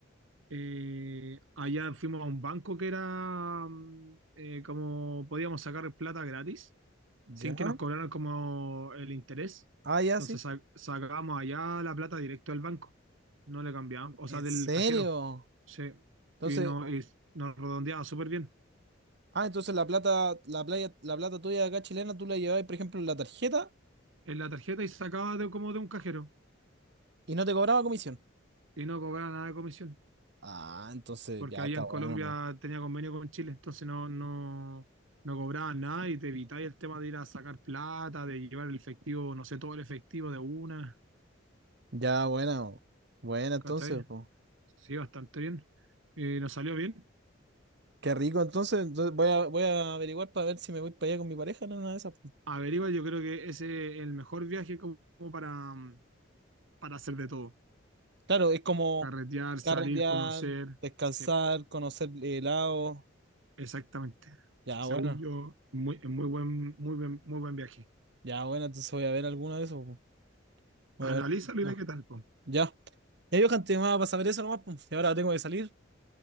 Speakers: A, on the right (about 80°); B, on the right (about 60°).
A: Eh, allá fuimos a un banco que era mm, eh, como podíamos sacar plata gratis,
B: ¿Ya?
A: sin que nos cobraran como el interés.
B: Ah, ya,
A: Entonces
B: sí.
A: sa- sacábamos allá la plata directo del banco. No le cambiábamos, o
B: ¿En
A: sea, del
B: serio?
A: cajero. Sí.
B: Entonces,
A: Y, no, y nos redondeaba súper bien
B: ah, entonces la plata, la playa, la plata tuya de acá chilena, tú la llevabas, por ejemplo, en la tarjeta
A: en la tarjeta y sacaba de, como de un cajero
B: y no te cobraba comisión.
A: y no cobraba nada de comisión.
B: Ah, entonces
A: porque
B: ya
A: allá
B: está
A: en
B: bueno,
A: Colombia
B: po.
A: tenía convenio con Chile, entonces no, no, no cobraban nada y te evitabas el tema de ir a sacar plata, de llevar el efectivo, no sé, todo el efectivo de una,
B: Ya bueno, bueno, entonces,
A: ¿cachai?
B: po.
A: Sí, bastante bien. Eh, nos salió bien.
B: Qué rico, entonces, entonces voy a, voy a averiguar para ver si me voy para allá con mi pareja, no, una de esas. po.
A: Averigua, yo creo que ese es el mejor viaje como, como para, mm, para hacer de todo.
B: Claro, es como
A: Carretear, salir,
B: carretear,
A: conocer.
B: descansar,
A: Sí,
B: conocer helado.
A: exactamente.
B: Ya
A: Según
B: bueno,
A: yo, es muy, es muy buen, muy buen, muy buen viaje.
B: ya bueno, entonces voy a ver alguno de esos, po. Voy
A: Analízalo
B: a ver, no,
A: y ve qué tal, po.
B: ya. Ya, Johan, te llamaba para saber eso nomás, po. Y ahora tengo que salir.